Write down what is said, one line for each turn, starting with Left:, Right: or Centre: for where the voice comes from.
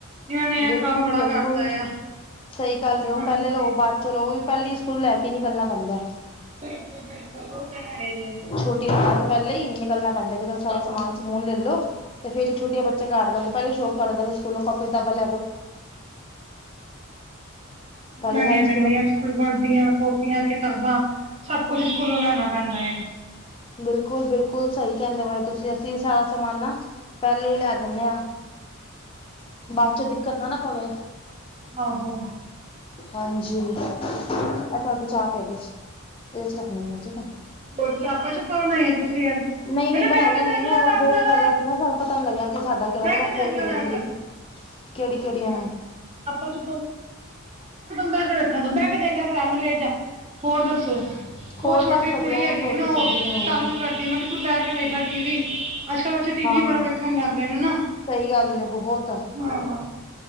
Right: ਇਹਨਾਂ ਨੇ ਇਹ
Left: ਬਿਲਕੁਲ
Right: ਕੰਮ ਬੜਾ ਕਰਤਾ ਆ
Left: ਸਈ ਗੱਲ ਐ ਓ
Right: ਹਾਂਜੀ
Left: ਪੈਲੇ ਲੋਕ ਬਾਦ ਚਲੋ ਓ ਵੀ ਪੈਲੀ ਸਕੂਲ ਲੈ ਕੇ ਈ ਨਿਕਲਣਾ ਪੈਂਦਾ।
Right: ਬਿਲਕੁਲ ਬਿਲਕੁਲ ਓ ਤਾਂ ਹੈ ਈ ਐ।
Left: ਛੂਟੀਆਂ ਹੋਣ ਤੋਂ ਪੈਲਾਂ ਈ ਨਿਕਲਣਾ ਪੈਂਦਾ ਕਿ ਚਲੋ ਸਮਾਨ-ਸਮੂਨ ਲੈ ਲੋ। ਤੇ ਫੇਰ ਛੂਟੀਆਂ ਬੱਚੇ ਕਾਢ ਲੈਂਦੇ ਪੈਲੇ <unintelligible> ਚੱਲਦਾ ਸਕੂਲੋਂ ਕਾਪੀ ਕਿਤਾਬਾਂ ਲੈ ਦੋ। ਪਹਿਲੇ
Right: ਬਣਾਣੀਆਂ
Left: ਸਾਰੇ
Right: ਪੈਂਦੀਆਂ
Left: ਸਕੂਲੋਂ
Right: ਅੱ ਫੇ ਵਰਦੀਆਂ ਕੋਪੀਆਂ-ਕਿਤਾਬਾਂ ਸਬ ਕੁਛ ਸਕੂਲੋਂ ਲੈਣਾ ਪੈਂਦਾ ਏਐ।
Left: ਬਿਲਕੁਲ-ਬਿਲਕੁਲ ਸਈ ਕੈਂਦੇ ਪਏ ਓ ਤੁਸੀਂ ਅਸੀਂ ਸਾਰਾ ਸਮਾਨ ਨਾ ਪੈਲੇ ਈ ਲੈ ਦਿੰਦੇ ਆਂ। ਬਾਦ ਚ ਦਿੱਕਤ ਨਾ ਨਾ ਪਵੇ।
Right: ਆਹੋ।
Left: ਹਾਂਜੀ ਏਹ ਤੁਆਡੀ ਚਾਹ ਪ ਏਦੇ ਚ ਏਦੇ ਚ ਰੱਖਣੀ ਐ ਠੀਕ ਐ।
Right: ਹੋਰ ਚਾਪਾਂ-ਚੂਪਾ ਬਣਾਈ ਆ ਤੁਸੀਂ ਅੱਜ?
Left: ਨਈਂ-ਨਈਂ
Right: ਬੇਟਾ
Left: ਬਣਾਈਆਂ
Right: ਬਹਿ ਕੇ
Left: ਨੀ
Right: ਦੇਖ
Left: ਨਾ
Right: ਲੈ
Left: ਓ
Right: ਆਰਾਮ
Left: ਦੋ
Right: ਨਾਲ
Left: ਥੈਲੀਆਂ ਸੀ ਨਾ ਸਾਨੂੰ ਪਤਾ ਨੀ ਲੱਗਿਆ ਕਿ ਸਾਡਾ ਕੇੜਾ
Right: ਬਹਿ
Left: ਤੇ ਮੈਂ ਖੋਲ
Right: ਦੇਖ
Left: ਕੇ
Right: ਲੈ
Left: ਦੇਖਦੀ
Right: ਆਰਾਮ ਨਾਲ
Left: ਪਈ ਸੀ। ਕਿਹੜੀ ਕਿਹੜੀਆਂ
Right: ਅੱਛਾ।
Left: ਨੇ
Right: ਆਪਾ <unintelligible> ਬੈ ਕੇ ਦੇਖਣ ਦੋ ਬੈ ਕੇ ਦੇਖ ਲੈ ਆਰਾਮ ਨਾ ਲੇਟ ਜਾ। ਹੋਰ ਦੱਸੋ?
Left: ਹੋਰ
Right: ਓ ਛੋਟੀ
Left: ਬਸ ਵਧੀਆ
Right: ਕੁੜੀ
Left: ਹੁਣ
Right: ਹੈਗੀ
Left: ਰੋਟੀ
Right: ਆ ਨਾ
Left: ਸਬਜ਼ੀ
Right: ਓ
Left: ਬਣਾਈ
Right: ਤੰਗ
Left: ਹੈ
Right: ਕਰਦੀ ਐ ਮੈਂ ਕਿਆ ਤੂੰ ਬੈ ਕੇ ਵੇਖ ਲੈ ਟੀ ਵੀ। ਅੱਜ-ਕਲ ਬੱਚੇ ਟੀ
Left: ਹਾਂ
Right: ਵੀ ਬੜਾ ਵੇਖਣ ਲੱਗ ਗਏ ਨੇ ਨਾ,
Left: ਸਹੀ ਗੱਲ ਹੈ ਬਹੁਤ
Right: ਹਾਂ।